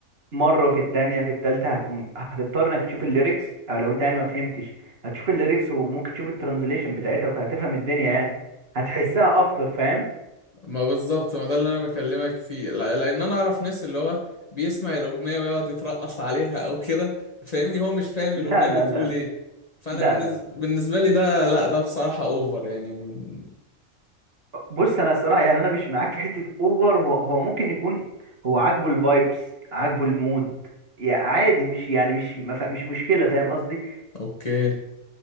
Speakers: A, on the right (about 50°); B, on the left (about 35°).
A: مره وفي التانية في التالتة هتقوم هتضطر انك تشوف الليركس او لو انت يعني ما فهمتش هتشوف الليركس وممكن تشوف الترانزليشن بتاعتها فهتفهم الدنيا يعني هتحسها اكتر فاهم
B: ما بالظبط ما ده اللي انا بكلمك فيه لا- لان انا اعرف ناس اللي هو بيسمع الاغنيه ويقعد يترقص عليها او كده فاهمني هو مش فاهم
A: لا
B: الاغنيه
A: لا
B: بتقول
A: لا
B: ايه فانا
A: لا
B: بالنز...
A: لا
B: بالنسبه لي ده لا ده بصراحه اوفر يعني م-
A: بص انا الصراحه يعني انا مش معاك في حته اوفر هو, هو ممكن يكون هو عاجبه الفايبس عاجبه المود يعني عادي مش يعني مش ما ف- مش مشكله فاهم قصدي
B: اوكي